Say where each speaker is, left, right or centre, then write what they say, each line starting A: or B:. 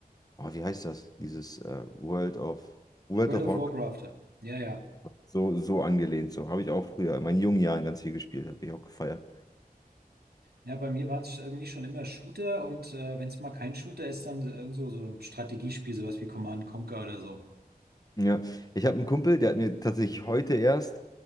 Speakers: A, on the left; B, on the right.
A: oh, wie heißt das? Dieses äh, World of, World
B: World
A: of
B: of
A: Warcraft.
B: Warcraft. Ja, ja.
A: So, so angelehnt, so habe ich auch früher in meinen jungen Jahren ganz viel gespielt, habe ich auch gefeiert.
B: Ja, bei mir waren es irgendwie schon immer Shooter und äh, wenn es mal kein Shooter ist, dann so, so ein Strategiespiel, sowas wie Command and Conquer oder so.
A: Ja, ich habe einen Kumpel, der hat mir tatsächlich heute erst,